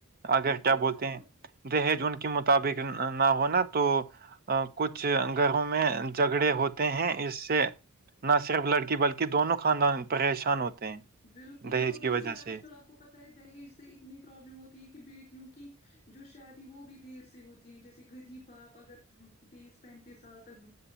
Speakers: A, on the right; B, on the left.
A: اگر
B: بالکل
A: کیا بولتے ہیں دہیج ان کے مطابق نہ ہونا تو کچھ گھروں میں جگڑے ہوتے ہیں اس سے نہ صرف لڑکی بلکہ دونوں خاندان پریشان ہوتے ہیں
B: بالکل
A: دہیج
B: اور ویسے
A: کی وجہ
B: آج
A: سے
B: کل آپ کو پتا ہے دہیج سے اتنی پرابلم ہوتی ہے کہ بیٹیوں کی جو شادی وہ بھی دیر سے ہوتی ہے جیسے غریب باپ اگر تیس پینتیس سال تک